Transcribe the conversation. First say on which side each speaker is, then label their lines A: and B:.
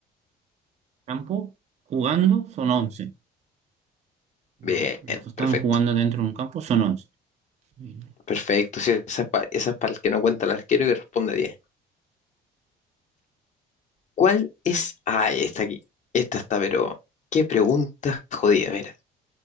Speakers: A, on the right; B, on the left.
A: campo, jugando, son once Los,
B: Bien,
A: los que están
B: perfecto.
A: jugando dentro de un campo son once Y,
B: Perfecto, sí, esa es para el que no cuenta el arquero y responde 10. ¿Cuál es? Ah, está aquí. Esta está, pero qué pregunta jodida, mira.